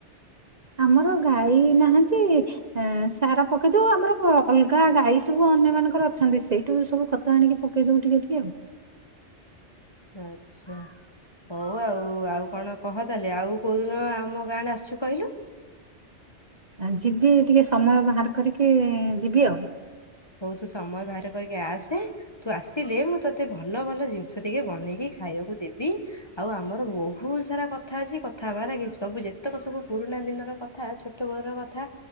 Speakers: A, on the right; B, on the left.
A: ଆମର ଗାଈ ନାହାନ୍ତି ଏଁ ସାର ପକାଇଦେଉ। ଆମର ଅଲଗା ଗାଈ ସବୁ ଅନ୍ୟ ମାନଙ୍କର ଅଛନ୍ତି। ସେଇଠୁ ସବୁ କଥା ତ ଆଣି ପକେଇଦବୁ ଟିକ ଟିକେ।
B: ଆଚ୍ଛା। ହଉ ଆଉ ଆଉ କଣ କହ ତାହେଲେ? ଆଉ କୋଉ ଦିନ ଆମ ଗାଁଆଡେ ଆସୁଛୁ କହିଲୁ?
A: ଆ ଜିବି ଟିକେ ସମୟ ବାହାର କରିକି ଯିବି ଆଉ।
B: ହଉ ତୁ ସମୟ ବାହାର କରିକି ଆସେ। ତୁ ଆସିଲେ ମୁଁ ତୋତେ ଭଲ ଭଲ ଜିନିଷ ଟିକେ ବନେଇକି ଖାଇବାକୁ ଦେବି। ଆଉ ଆମର ବହୁତ ସାରା କଥା ଅଛି କଥାହେବା ନାଇକି। ଯେତେକ ସବୁ ପୁରୁଣା ଦିନର କ କଥା ଛୋଟ ବେଳର କଥା।